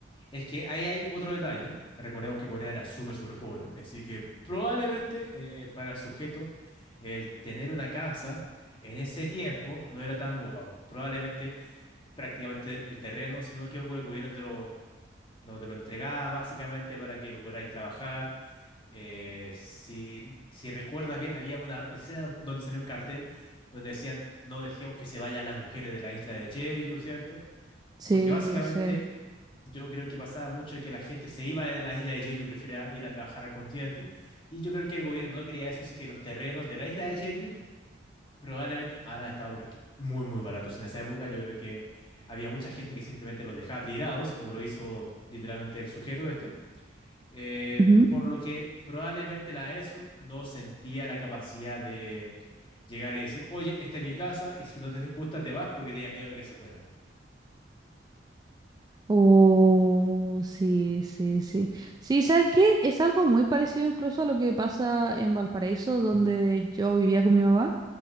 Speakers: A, on the left; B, on the right.
A: Es que ahí hay otro detalle. Recordemos que Corea era súper, súper pobre, así que probablemente eh, para el sujeto el tener una casa en ese tiempo no era tan wow. Probablemente prácticamente el, el terreno, si no me equivoco, el gobierno te lo, no te lo entregaba básicamente para que lo pudierais trabajar. Eh, si, si recuerdas bien, había una escena donde salió un cartel donde decían no dejemos que se vayan las mujeres de la isla de Jeju, ¿cierto?
B: Sí,
A: Porque básicamente
B: sí.
A: yo creo que pasaba mucho de que la gente se iba de la isla de Jeju y prefería ir a trabajar al continente. Y yo creo que el gobierno no quería eso, así que los terrenos de la isla de Jeju probablemente ahora han estado pero es que muy, muy baratos en esa época. Yo creo que había mucha gente que simplemente los dejaba tirados, como lo hizo literalmente el sujeto este. Eh,
B: Ujú.
A: por lo que probablemente la ESUN no sentía la capacidad de llegar y decir, oye, esta es mi casa y si no te gusta te vas porque tenía miedo de que se fuera.
B: Oh, sí, sí, sí. Sí, ¿sabes qué? Es algo muy parecido incluso a lo que pasa en Valparaíso, donde yo vivía con mi mamá.